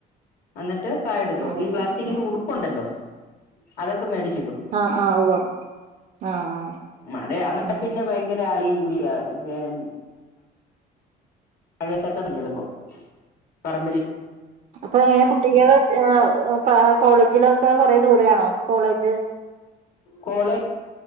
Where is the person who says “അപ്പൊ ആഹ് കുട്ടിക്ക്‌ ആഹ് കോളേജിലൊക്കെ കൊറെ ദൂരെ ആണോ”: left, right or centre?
Right